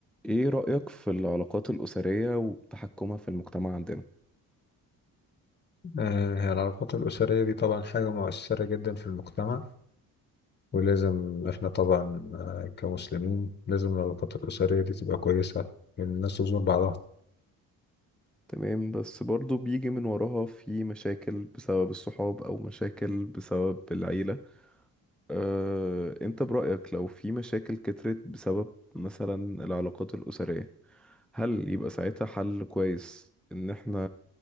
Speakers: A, in the centre; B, on the left.
A: ايه رأيك في العلاقات الأسرية وتحكمها في المجتمع عندنا
B: آه، هي العلاقات الأسرية دي طبعا حاجة مؤثرة جدا في المجتمع ولازم احنا طبعا آه، كمسلمين لازم العلاقات الأسرية دي تبقى كويسة لأن الناس تزور بعضها
A: تمام بس برضو بيجي من وراها في مشاكل بسبب الصحاب أو مشاكل بسبب العيلة أه، انت برأيك لو في مشاكل كترت بسبب مثلا العلاقات الأسرية هل يبقى ساعتها حل كويس ان احنا